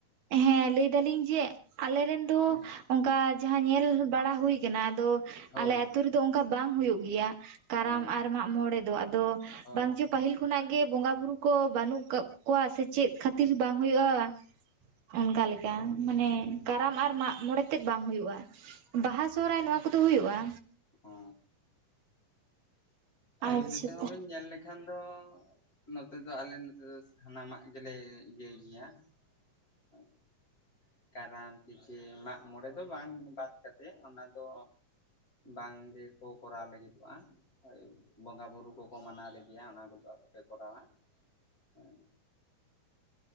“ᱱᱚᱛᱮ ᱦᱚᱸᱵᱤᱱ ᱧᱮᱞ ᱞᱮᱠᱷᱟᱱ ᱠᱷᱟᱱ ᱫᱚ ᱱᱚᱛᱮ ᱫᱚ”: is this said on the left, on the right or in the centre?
Left